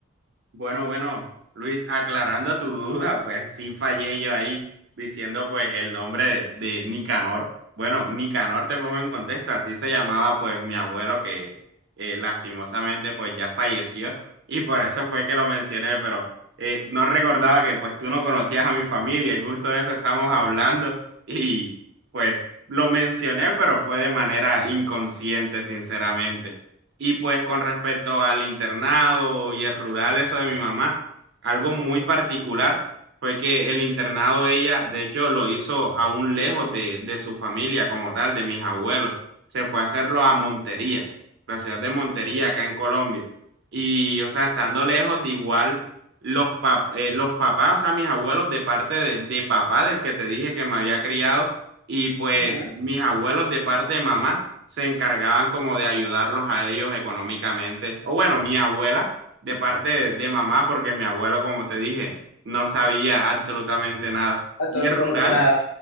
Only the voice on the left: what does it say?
Uh -huh.
Absolutamente
nada.